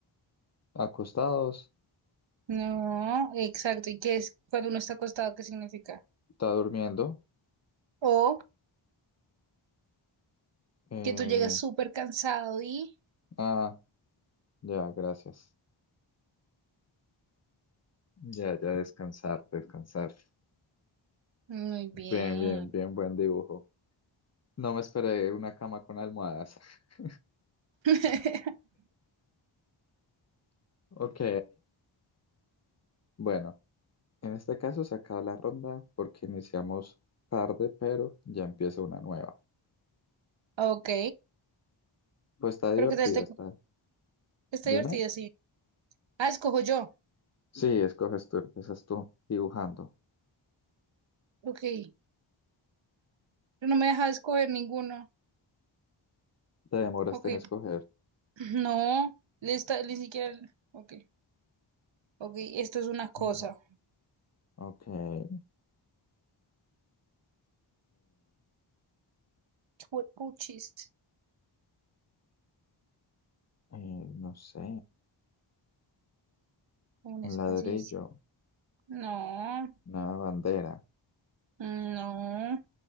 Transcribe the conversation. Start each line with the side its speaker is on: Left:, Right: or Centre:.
Left: acostados,
Right: No, exacto. ¿Y qué es cuando uno está acostado? ¿Qué significa?
Left: está durmiendo.
Right: O
Left: Eh,
Right: que tú llegas súper cansado y...
Left: ah, ya, gracias. Ya, ya, descansar, descansar.
Right: Muy bien.
Left: Bien, bien, bien, buen dibujo. No me esperé una cama con almohadas. <laughs>
Right: <laughs>
Left: Ok, bueno. En este caso se acaba la ronda porque iniciamos tarde, pero ya empieza una nueva.
Right: Ok.
Left: Pues está divertido,
Right: Pero ¿qué tal te...
Left: está.
Right: Está
Left: Dime.
Right: divertido, sí. Ah, escojo yo.
Left: Sí, escoges tú, empiezas tú dibujando.
Right: Ok. Pero no me deja escoger ninguno.
Left: Te demoraste
Right: Ok.
Left: en escoger.
Right: <clears throat> No. le está- Ni siquiera... Ok. Ok. Esto es una cosa.
Left: Mm, Ok. eh,
Right: Chuepuchis.
Left: eh, no sé.
Right: Como un
Left: Un
Right: espacio
Left: ladrillo,
Right: es. No.
Left: una bandera,
Right: No.